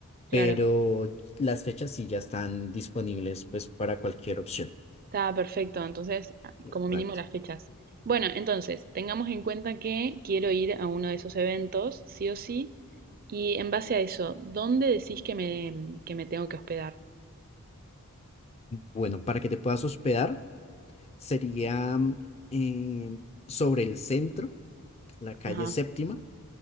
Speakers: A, on the right; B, on the left.
A: claro.
B: pero las fechas sí ya están disponibles pues para cualquier opción.
A: Está perfecto. Entonces, ah,
B: Exacto.
A: como mínimo las fechas. Bueno, entonces, tengamos en cuenta que quiero ir a uno de esos eventos, sí o sí. Y en base a eso, ¿dónde decís que me, que me tengo que hospedar?
B: Bueno, para que te puedas hospedar. Sería mm, eh, sobre el centro, la calle
A: Ajá,
B: Séptima.